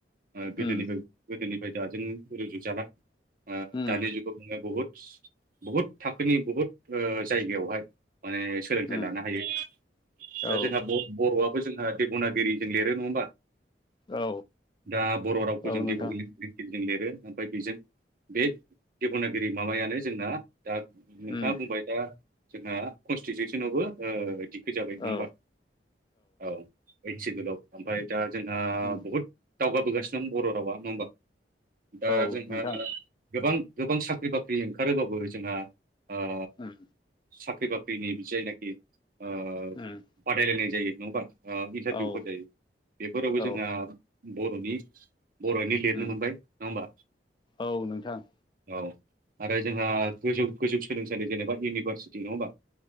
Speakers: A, on the right; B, on the left.
A: ओ गोदोनिफ्राय
B: उम
A: गोदोनिफ्राय दाजों रुजुजाला।
B: उम
A: दानि जुगाव बुंङो बहुत बहुत थाखोनि बहुत ओ जायगायावहाय माने सोलोंथाइ
B: उम
A: लानो हायो।
B: औ
A: दा जोंहा बर'आ जोंहा देब'नागिरि जों लिरो नङा होमबा।
B: औ
A: दा बर' रावखौ
B: औ
A: जों
B: नोंथां
A: देब'नागिरिजों लिरो ओमफ्राय बेजों बे देब'नागिरि माबायानो जोंना दा नोंथाङा
B: उम
A: बुंबाय दा जोंहा कनस्टिटिउसनावबो ओ फैजाबाय नङा होमबा?
B: औ
A: औ ओइद सिदुलाव। ओमफ्राय दा जोंहा
B: उम
A: बहुद दावगाबोगासिनो दं बर' रावा नङा होमबा। दा
B: औ
A: जोंहा
B: नोंथां
A: गोबां गोबां साख्रि-बाख्रि ओंखारोबाबो जोंहा ओ
B: उम
A: साख्रि बाक्रि साख्रिनि जायनाखि ओ
B: उम
A: बादायलायनाय जायो नङा होनबा इन्टारभिउफोर
B: औ
A: जायो बेफोरावबो
B: औ
A: जोंहा बर'नि बर'नि लिरनो
B: उम
A: मोनबाय नङा होमबा।
B: औ नोंथां।
A: औ आरो जोंहा गोजौ गोजौ सोलोंसालि जेनेबा इउनिभारसिटि नङा होमबा